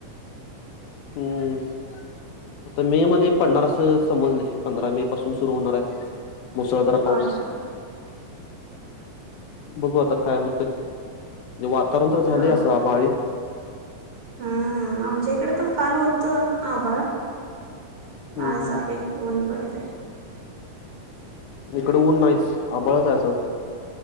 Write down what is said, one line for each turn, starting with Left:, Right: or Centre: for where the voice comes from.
Left: हम्म आता मेमध्ये पडणार असं समजलंय. पंधरा मे पासून सुरू होणार हाय. मुसळधार पाऊस.
Right: होय का
Left: बघू आता काय होतंय. म्हणजे वातावरण तर झालंय
Right: हा
Left: असं आभाळी.
Right: हम्म आमच्या इकडे पण काल होतं आभाळ.
Left: हम्म
Right: आज
Left: हम्म
Right: आहे ऊन पडलंय.
Left: इकडं ऊन नाहीच आभाळच आहे असं